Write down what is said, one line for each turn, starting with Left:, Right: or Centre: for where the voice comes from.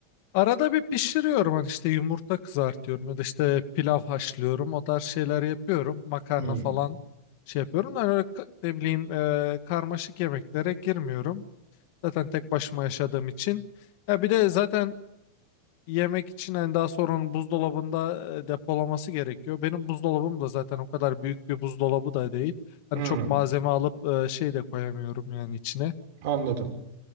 Left: Arada bir pişiriyorum hani işte yumurta kızartıyorum ya da işte pilav haşlıyorum o tarz şeyler yapıyorum. Makarna
Right: Hmm.
Left: falan şey yapıyorum. Yani öyle k- ne bileyim e, karmaşık yemeklere girmiyorum. Zaten tek başıma yaşadığım için. Ya bir de zaten yemek için hani daha sonra onun buzdolabında e, depolaması gerekiyor. Benim buzdolabım da zaten o kadar büyük bir buzdolabı da değil. Hani
Right: Hmm,
Left: çok malzeme alıp e, şey de koyamıyorum yani içine.
Right: anladım.